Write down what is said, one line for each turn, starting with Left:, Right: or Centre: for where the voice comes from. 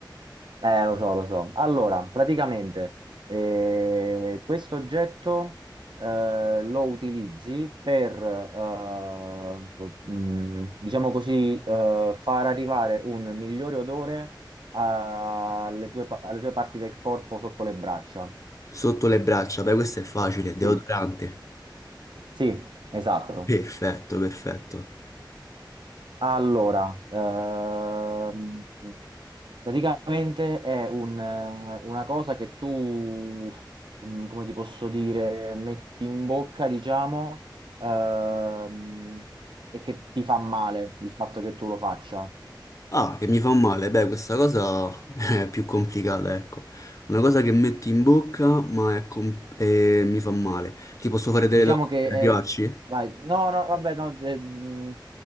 Right: eh, lo so, lo so. Allora, praticamente, eh, questo oggetto eh, lo utilizzi per, eh, mm, diciamo così, eh, far arrivare un migliore odore alle tue, pa- alle tue parti del corpo sotto le braccia.
Left: Sotto le braccia, beh, questo è facile,
Right: Sì,
Left: deodorante.
Right: sì, esatto.
Left: Perfetto, perfetto.
Right: Allora, ehm, praticamente è un, eh, una cosa che tu, mm, come ti posso dire, metti in bocca, diciamo, ehm, e che ti fa male il fatto che tu lo faccia.
Left: Ah, che mi fa male, beh, questa cosa <laughs> è più complicata, ecco. Una cosa che metti in bocca, ma è com- e mi fa male. Ti posso fare delle
Right: Diciamo
Left: domande
Right: che
Left: per
Right: è...
Left: arrivarci?
Right: Vai, no, no, vabbè, no, eh, mm,